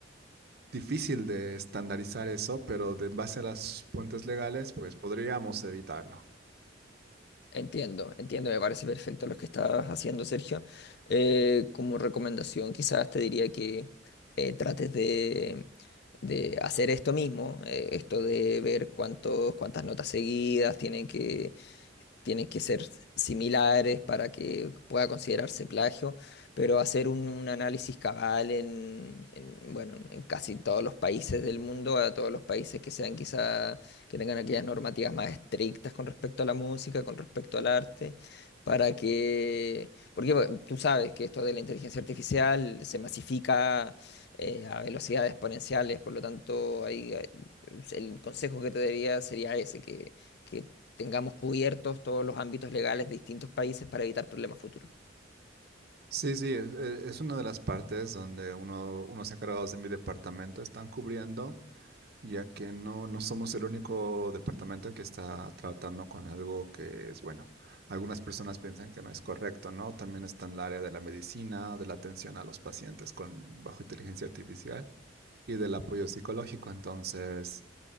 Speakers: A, on the right; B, on the left.
A: difícil de estandarizar eso, pero de, en base a las fuentes legales, pues podríamos evitarlo.
B: Entiendo, entiendo, me parece perfecto lo que estás haciendo, Sergio. Eh, como recomendación, quizás te diría que eh, trates de, de hacer esto mismo, eh, esto de ver cuántos, cuántas notas seguidas tienen que, tienen que ser similares para que pueda considerarse plagio, pero hacer un, un análisis cabal en, en, bueno, en casi todos los países del mundo, a todos los países que sean quizá, que tengan aquellas normativas más estrictas con respecto a la música, con respecto al arte. Para que, porque bueno, tú sabes que esto de la inteligencia artificial se masifica eh, a velocidades exponenciales, por lo tanto, ahí, eh, el consejo que te daría sería ese, que, que tengamos cubiertos todos los ámbitos legales de distintos países para evitar problemas futuros.
A: Sí, sí, es, e- es una de las partes donde uno, unos encargados de mi departamento están cubriendo, ya que no, no somos el único departamento que está tratando con algo que es bueno. Algunas personas piensan que no es correcto, ¿no? También está en el área de la medicina, de la atención a los pacientes con bajo inteligencia artificial y del apoyo psicológico. Entonces,